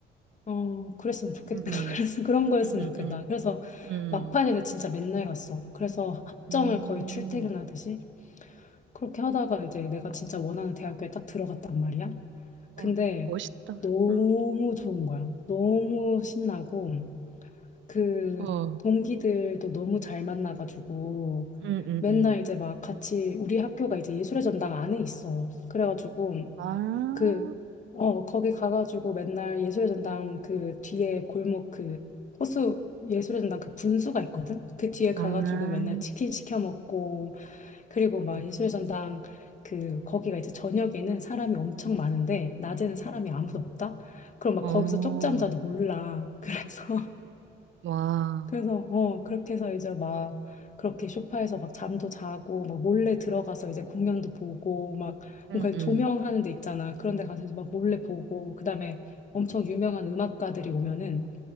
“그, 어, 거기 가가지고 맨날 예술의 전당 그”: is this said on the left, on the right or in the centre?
Left